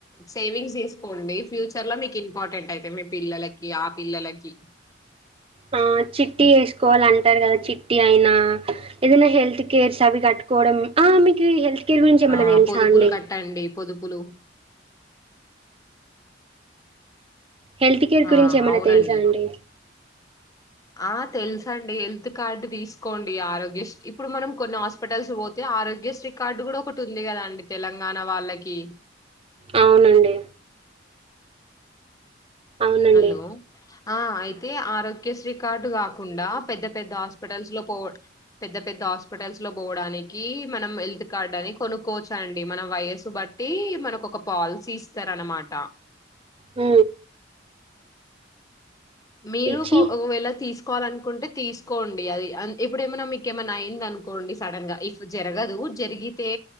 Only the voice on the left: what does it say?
సేవింగ్స్ తీసుకోండి ఫ్యూచర్ లో మీకు ఇంపార్టెంట్ అయిత మీ పిల్లలకి ఆ పిల్లలకి
ఆ
పొదుపులు
కట్టండి పొదుపులు
ఆ
అవునండి
ఆ తెలుస అండి హెల్త్ కార్డు తీసుకోండి ఆరోగ్య్రీ ఇప్పుడు మనం కొన్ని హాస్పిటల్స్ పోతే ఆరోగ్యశ్రీ కార్డు కూడా ఒకటి ఉంది కదాండి తెలంగాణ వాళ్ళకి
హలో ఆ అయితే ఆరోగ్యశ్రీ కార్డు కా కాకుండా పెద్ద పెద్ద హాస్పిటల్స్ లో పో పెద్ద పెద్ద హాస్పిటల్స్ లో పోవడానికి మనం హెల్త్ కార్డ్ అని కొనుక్కోవచ్చా అండి మన వయసు బట్టి మనకు ఒక పాలసీ ఇస్తార అనమాట
మీరు
ఒకవేళ తీసుకు తీకోవాలనుకుంటే తీసుకోండి అది ఇప్పుడ ఏమైనా మీక ఏమన్నా అయింది అనుకోండి సడన్ గా ఇఫ్ జరగదు జరిగితే